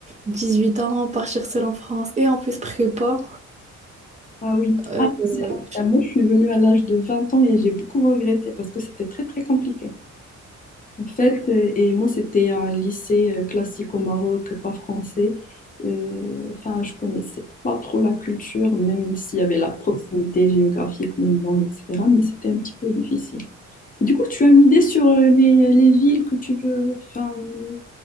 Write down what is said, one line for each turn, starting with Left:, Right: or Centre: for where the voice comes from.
Right: 18 ans partir seule en France et en plus prépa
Left: Ah oui.
Right: euh,
Left: Ah, c'est-
Right: je-
Left: ah, moi, je suis venue à l'âge de 20 ans et j'ai beaucoup regretté parce que c'était très, très compliqué. En fait, euh, et moi, c'était un lycée euh, classique au Maroc, pas français. Euh, Enfin, je connaissais pas trop la culture, même s'il y avait la proximité géographique, même langue, etc. Mais c'était un petit peu difficile. Du coup, tu as une idée sur euh, les, les villes que tu veux, enfin, une,